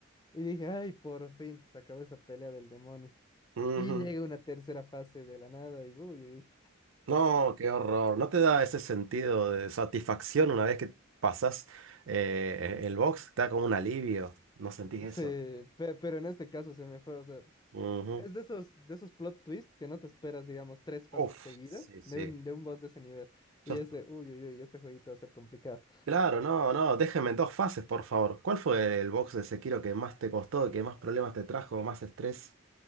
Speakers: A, on the left (about 20°); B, on the right (about 70°).
A: y dije, ay, por fin, se acabó esa pelea del demonio.
B: ujú,
A: Y llega una tercera fase de la nada y uy, uy,
B: no, qué horror. ¿No te da ese sentido de satisfacción una vez que pasas el box? Te da como un alivio. ¿No sentís
A: uy,
B: eso?
A: se- pe- pero en este caso se me fue, o sea,
B: Ujú.
A: es de esos, de esos plot twists que no te esperas, digamos, tres fases
B: Uf,
A: seguidas
B: sí, sí.
A: de un, de un boss de ese nivel. Y
B: Ya está.
A: es de, uy, uy, uy, este jueguito va a ser complicado.
B: Claro, no, no, déjenme en dos fases, por favor. ¿Cuál fue el box de Sekiro que más te costó, que más problemas te trajo, más estrés?